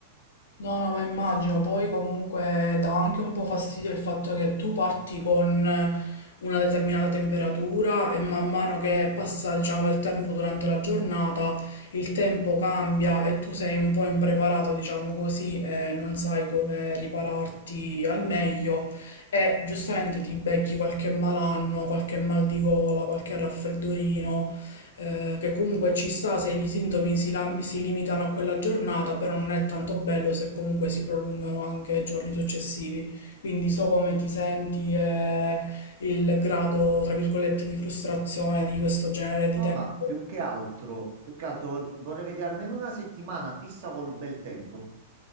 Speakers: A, on the left; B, on the right.
A: No, no, ma immagino, poi comunque dà anche un po' fastidio il fatto che tu parti con una determinata temperatura e man mano che passa, diciamo, il tempo durante la giornata, il tempo cambia e tu sei un po' impreparato, diciamo così, e non sai come ripararti al meglio e giustamente ti becchi qualche malanno, qualche mal di gola, qualche raffreddorino. eh, che comunque ci sta se i sintomi si, lam- si limitano a quella giornata, però non è tanto bello se comunque si prolungano anche ai giorni successivi. Quindi so come ti senti e il grado, tra virgolette, di frustrazione di questo genere di
B: No,
A: tempo.
B: ma più che altro, più che altro vol- vorrei vedere almeno una settimana fissa col bel tempo.